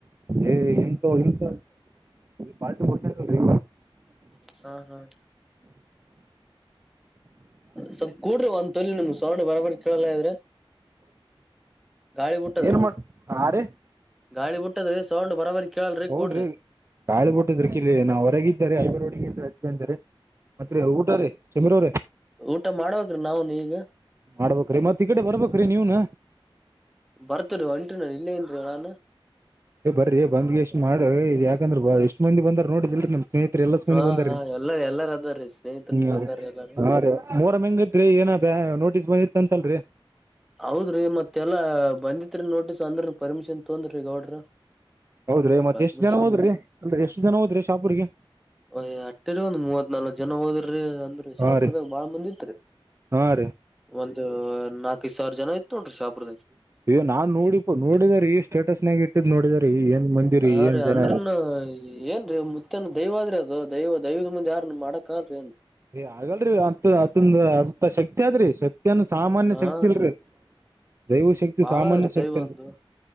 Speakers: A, on the right (about 30°); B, in the centre.
A: ಏ ಎಂತ ಎಲ್ಂತ ಪಾರ್ಟಿ ಕೊಡಿಶನ ಅಲ್ರೀ
B: ಹಾ ಹಾ ಸ್ವಲ್ಪ್ ಕೂಡ್ರಿ ಒಂದ್ ತೊಲಿ ನಮ ಸೋ ಬರಬರ್ ಕೇಳಲ್ಲ ಇದ್ರೆ ಗಾಳಿ ಬಿಟ್ಟದ್ರಿ
A: ಏನ್ ಮಾಡ ಆರ
B: ಗಾಳಿ ಬಿಟ್ಟದ ಸೌಂಡ್ ಬರಬರಿ ಕೇಳಲ್ರಿ
A: ಹೌದ್ರಿ
B: ಕೂಡ್ರಿ
A: ಗಾಳಿ ಬಿಟ್ಟಿದ್ರ ಕಲ್ ನಾನ ಹೊರಗೆಡ್ಡೆ ಐವ ರೋಡಿಗೆ ಇಲ್ ಅಜ್ ಅಂದಾರೆ ಮತ್ರಿ ಊಟ ರೀ ಸಮೀರ ಅವ್ರೆ
B: ಊಟ ಮಾಡ್ಬೇಕ್ರಿ ನಾವನ್ ಈಗ
A: ಮಾಡ್ಬೇಕ್ರಿ ಮತ್ ಈ ಕಡೆ ಬರ್ಬೇಕ್ರಿ ನೀವನ
B: ಬರ್ತ್ರಿೀ ಒಂಟ್ರಿ ನಾನನ್ ಇಲ್ಲ ಏನ್ರೀ ನಾನು
A: ಏ ಬರ್ರರಿ ಬಂದ್ ಎಷ್ಟ್ ಮಾಡ ಯಾಕಂದ್ರ ಬ ಎಷ್ಟ್ ಮಂದಿ ಬಂದ್ರ ನೋಡಿದಲ್ರಿ ನಮ ಸ್ನೇಹತ್ರಿ ಎಲ್ಲ ಸ್ಮಂದಿ
B: ಹಾ
A: ಬಂದೀ
B: ಹಾ ಎಲ್ಲಾರ ಎಲ್ಲಾರ ಅದಾರೀ ಸ್ನೇಹಿತರನ್
A: ಹ್ಮ
B: ಬಂದಾರ ಎಲ್ಲಾರ
A: ಮೂರ ಮಂಗತ್ರಿ ಏನ ದೇ ನೋಟಿಸ್ ಬಯಿತ್ ಅಂತಲ್ರರಿ
B: ಹೌದ್ರೀ ಮತ್ತೆ ಎಲ್ಲಾ ಬಂದಿತ್ರಿ ನೋಟಿಸ್ ಅಂದ್ರ ಪರ್ಮಿಷನ್ ತೊಂದ್ರಿ ಗೌಡ್ರ
A: ಹೌದ್ರಿ ಮತ್ತತ್
B: ಪರ್ಮಿಷನ್
A: ಎಷ್ಟ್ ಜನ ಹೋದ್ರಿ ಅ ಎಷ್ಟು ಜನ ಹೋದ್ರಿ ಶಾಪೂರಿಗೆ
B: ಯ ಅಟ್ಟೇರಿ ಒಂದ್ ಮೂವತ್ ನಾಲ್ಕಕ್ ಜನ ಹೋದ್ರಿ ಅಂದ್ರ ಶಾಪುರದಾಗ
A: ಹಾ ರೀ
B: ಬಾಳ ಮಂದಿತ್ರಿ
A: ಹಾ ರೀ
B: ಒಂದು ನಾಕೈದು ಸಾವಿರ ಜನ ನೋಡ್ರಿ ಶಾಪುರ್ದಾಗ
A: ಇ ನಾನ್ ನೋಡಿ ಪು ನೋಡಿದರೆ ಈ ಸ್ಟೇಟಸ್ನ್ಯಾಗ ಇಟ್ಟಿದ್ ನೋಡಿದರೆ ಏನ್ ಮಂದಿರಿ
B: ಹಾ
A: ಏನ್
B: ರೀ
A: ಜನ
B: ಅಂದ್ರನು ಏನ್ರಿ ಮುತ್ತನ ದೈವ ಆದ್ರಿ ಅದು ದೈವ ದೈವದ ಮುಂದೆ ಯಾರ ಮಾಡಕ್ ಕೇ
A: ಹಾಗಗಲರಿ ಅಂತ ಅದಂದು ಅಂತ ಶಕ್ತಿ ಅ ಆದ್ರಿ ಶಕ್ತಿ ಶಕ್ತಿ ಅನ್ನು ಸಾಮಾನ್ಯ
B: ಹಾ
A: ಶಕ್ತಿ ಇಲ್ರರಿ ದೈವ ಶಕ್ತಿ
B: ಬಾಳ
A: ಸಾಮಾನ್ಯ
B: ಆದ್ರಿ
A: ಶಕ್ತಿ
B: ದೈವ
A: ಇಲ್ರರಿ
B: ಒಂದು